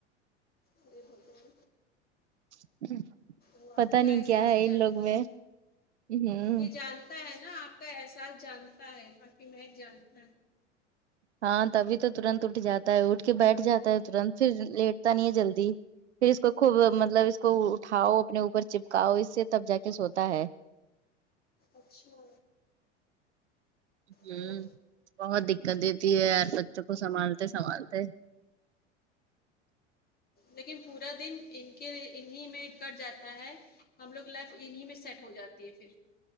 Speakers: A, on the left; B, on the right.
A: ہرے <unintelligible>
B: <inaudible>
A: وہ آپ کا
B: نہیں
A: احساس
B: کیا ہے
A: جانتا
B: ان لوگ میں
A: ہے
B: ہوں
A: یہ جانتا ہے نا آپ تو احساس جانتا ہے آپ کی مہک جانتا ہے
B: ہاں تبھی تو ترنت اٹھ جاتا ہے اٹھ کے بیٹھ جاتا ہے ترنت پھر لیٹتا نہیں ہے جلدی پھر اس کو خوب مطلب اس کو اٹھاؤ اپنے اوپر چپکاؤ اسے تب جا کے سوتا ہے
A: اچھا
B: ہوں
A: تو
B: بہت دقت دیتی ہے یار بچوں کو سنبھالتے سنبھالتے
A: لیکن پورا دن ان کے انیں میں کٹ جاتا ہے ہم لوگ لائف انہیں میں سیٹ ہو جاتی ہے پھر